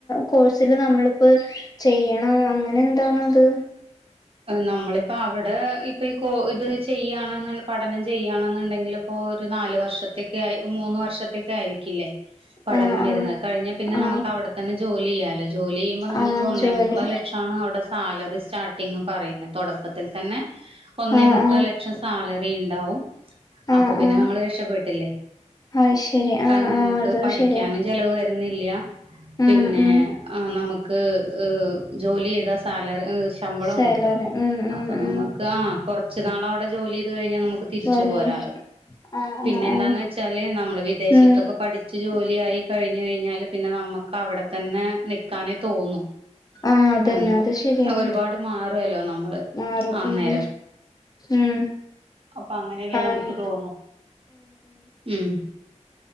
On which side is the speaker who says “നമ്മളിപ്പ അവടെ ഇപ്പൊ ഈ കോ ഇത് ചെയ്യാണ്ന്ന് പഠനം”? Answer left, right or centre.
Right